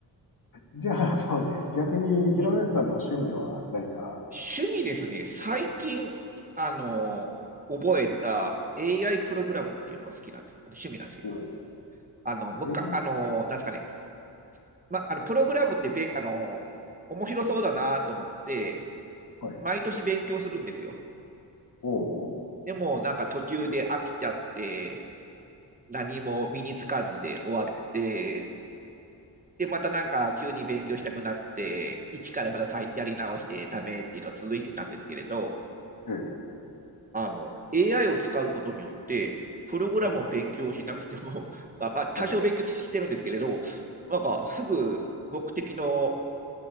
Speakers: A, on the left (about 50°); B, on the right (about 20°).
A: じゃあ、あの、
B: うん。
A: 逆に、平林さんの趣味は何か、
B: うん。趣味ですね、最近、あの、覚えた AI プログラムっていうのが好きなんです。あの趣味なんです、今。
A: おう
B: あの、むか、
A: えー、
B: あの、なんですかね、ま、あの、プログラムってべ、あの、面白そうだなと思って、
A: はい。
B: 毎年勉強するんですよ。
A: おうお
B: でも、なんか途中で飽きちゃって、何も身につかずで終わって、で、またなんか急に勉強したくなって、一からまた再やり直してダメっていうのは続いてたんですけれど、
A: うええ
B: あの、AI を使うことによって、プログラムを勉強しなくても、
A: はい。
B: <laughs> まあ、まあ、多少勉強してるんですけれど、
A: はい。
B: なんかすぐ目的の、